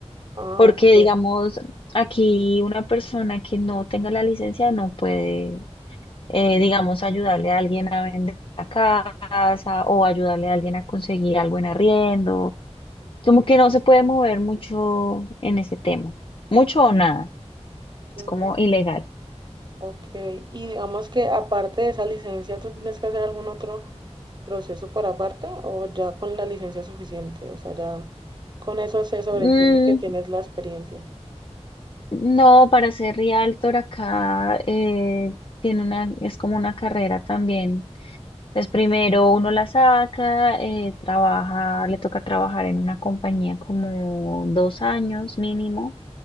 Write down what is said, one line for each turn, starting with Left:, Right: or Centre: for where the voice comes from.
Right: Ah,
Left: Porque,
Right: ok.
Left: digamos, aquí una persona que no tenga la licencia no puede, eh, digamos, ayudarle a alguien a vender la casa o ayudarle a alguien a conseguir algo en arriendo. Como que no se puede mover mucho en ese tema. Mucho o nada.
Right: Mm,
Left: Es como ilegal.
Right: ok. Y digamos que aparte de esa licencia, tú tienes que hacer algún otro proceso por aparte o ya con la licencia es suficiente? O sea, ya con eso se sobreentiende
Left: Mm,
Right: que tienes la experiencia.
Left: no, para ser realtor acá eh, tiene una, es como una carrera también Entonces, primero uno la saca, eh, trabaja, le toca trabajar en una compañía como dos años mínimo